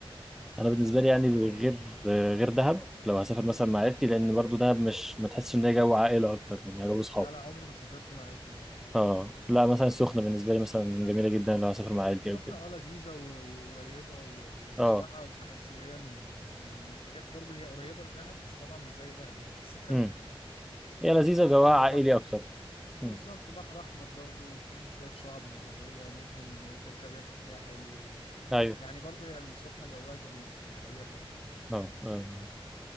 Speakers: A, in the centre; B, on the left (about 75°).
A: انا بالنسبه لي يعني
B: آه
A: غير آه، غير دهب لو هسافر مثلا مع عيلتي لان برضو دهب مش ما تحسش ان هي جو عائله اكتر يعني جو اصحاب
B: لا لا عمري ما سافرت مع عيلتي هناك خالص
A: اه لا مثلا السخنه بالنسبه لي مثلا جميله جدا لو هسافر مع عيلتي
B: سخنة
A: او كده
B: اه لذيذة و- وقريبة و- و- وبصراحة
A: اه
B: بحس إن هي من من من من الحاجات برضو هي قريبة لدهب بس طبعا مش زي دهب يعني بس حلوة
A: امم
B: يعني
A: هي لذيذه وجواها
B: برضو
A: عائلي اكتر
B: بالظبط
A: امم
B: بحر احمر برضو وفيه شويه شعاب مرجانيه وممكن تركب يخت فيها حلو و...
A: ايوه
B: يعني برضو هي السخنه جواها جميل دي حقيقه فعلا
A: اه آه.